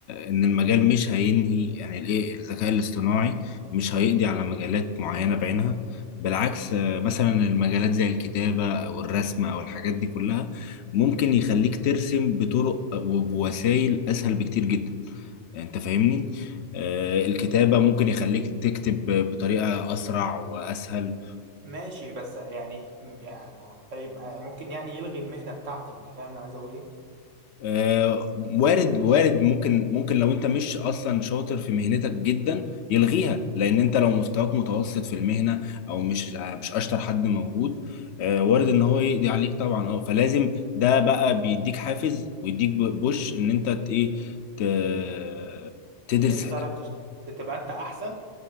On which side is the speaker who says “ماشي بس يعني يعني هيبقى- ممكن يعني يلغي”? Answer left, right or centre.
Right